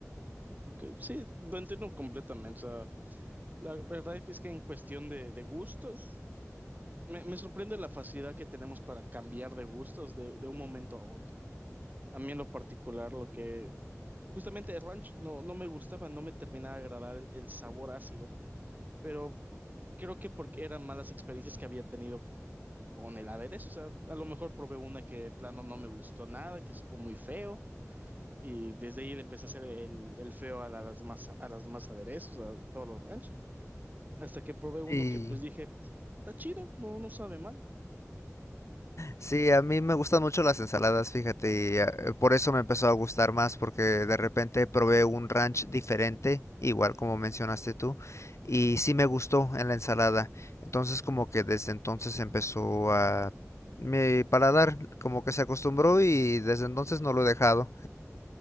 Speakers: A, on the right; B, on the left.
A: Ok, sí, lo entiendo completamente. O sea, la verdad es que en cuestión de, de gustos, Me, me sorprende la facilidad que tenemos para cambiar de gustos de, de un momento a otro. A mí en lo particular, lo que justamente el ranch no, no me gustaba, no me terminaba de agradar el, el sabor ácido, pero creo que porque eran malas experiencias que había tenido con el aderezo. O sea, a lo mejor probé una que de plano no me gustó nada, que supo muy feo, y desde ahí le empecé a hacer el, el feo a las demás, a las demás aderezos, a todos los ranch, hasta que probé uno
B: sí
A: que pues dije, pues, está chido, no, no sabe mal.
B: sí, a mí me gustan mucho las ensaladas, fíjate, y eh, por eso me empezó a gustar más, porque de repente probé un ranch diferente, igual como mencionaste tú, y sí me gustó en la ensalada. Entonces como que desde entonces empezó a mi paladar como que se acostumbró y desde entonces no lo he dejado.